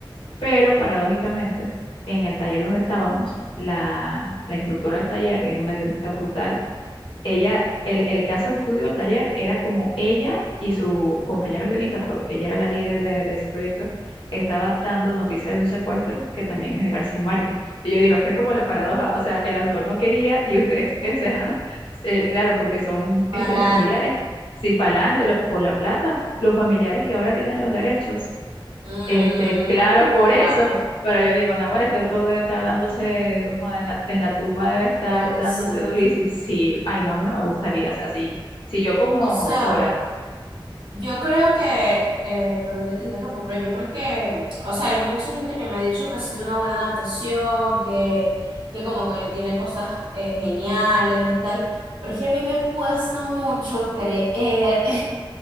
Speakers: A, on the left; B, on the right.
A: Pero paradójicamente, en el taller donde estábamos, la, la instructora del taller, que es una guionista brutal, ella, el, el caso de estudio, el taller, era como ella y su compañero guionista, pero ella era la líder de, de ese proyecto, está adaptando noticia de un secuestro que también es de García Márquez. Y yo digo, esto es como la paradoja, o sea, el autor no quería y ustedes, o sea, <laughs> eh, claro, porque son
B: Pa'lante.
A: este, los familiares, si pa'lante, los por la plata, los familiares que ahora tienen los derechos.
B: Mm,
A: Este, claro, es por
B: claro,
A: eso, pero yo digo, Naguará, este autor debe estar dándose, o sea, en la, en la tumba debe estar
B: pobrecito.
A: dándose durísimo. Sí, ay, no, a mí no me gustaría, o sea, si, si yo como
B: O sea,
A: autora,
B: yo creo que, eh, perdón que te interrumpo, pero yo creo que, o sea, hay mucha gente que me ha dicho que ha sido una buena adaptación, que, que como que tiene cosas eh, geniales y tal, pero es que a mí me cuesta mucho creer <laughs>